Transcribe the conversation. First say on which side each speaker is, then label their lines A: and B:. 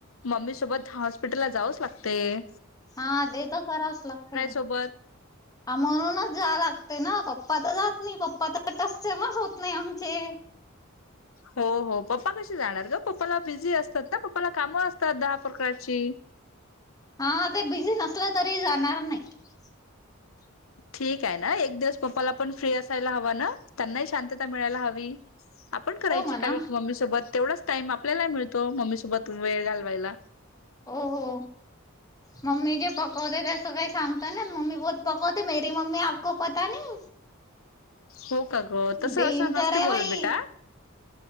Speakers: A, on the left; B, on the left.
A: मम्मी सोबत हॉस्पिटलला जावंच लागतय.
B: हा, ते तर कराच लागते,
A: सोबत
B: म्हणूनच जा लागते ना पप्पा तर जात नाही पप्पा तर <unintelligible> होत नाही आमचे
A: हो, हो, पप्पा कशी जाणार ग? पप्पाला बिझी अस असत ना पप्पाला कामं असतात दहा प्रकारची
B: हा ते बिझी नसले तरी जाणार नाही. <inaudible>
A: ठीक आहे, ना एक दिवस पप्पाला पण फ्री असायला हवा ना, त्यांनाही शांतता मिळायला हवी आपण करायचे
B: हो म्हणा
A: काही मम्मी सोबत तेवढाच टाईम आपल्याला मिळतो मम्मी सोबत वेळ घालवायला.
B: हो हो मम्मी जे पकवते ते सगळं सांगत ना मम्मी बहोत कमावते, मेरी मम्मी आपको पता नाही.
A: हो, का ग तसं
B: डेंजर
A: असं नसते
B: आहे बाई
A: बोलत बेटा